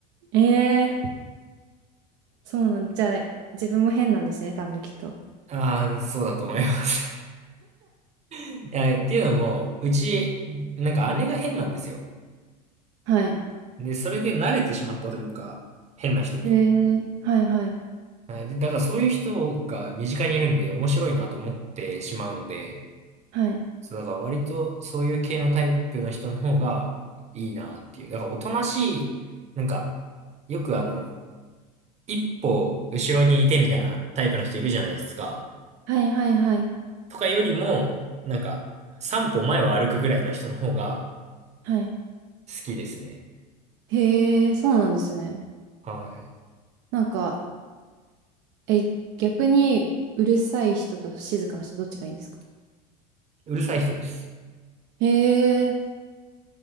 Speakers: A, on the right; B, on the right.
A: ええー、そうなん、じゃあ、自分も変なんですね、多分きっと。
B: あー、そうだと思います。<laughs> いや、っていうのも、うち、なんか姉が変なんですよ。
A: はい。
B: で、それで慣れてしまったというか、変な人に。
A: ええー、はいはい。
B: はいで、だからそういう人が身近にいるんで面白いなと思ってしまうので、
A: はい。
B: そう、だから割とそういう系のタイプの人の方がいいなっていう。だからおとなしい、なんか、よくあの、一歩後ろにいてみたいなタイプの人いるじゃないですか。
A: はいはいはい。
B: とかよりも、なんか、三歩前を歩くぐらいの人の方が
A: はい。
B: 好きですね。
A: へえ、そうなんですね。
B: はい。
A: なんか、え、逆に、うるさい人と静かな人、どっちがいいんですか
B: うるさい人です。
A: へえ、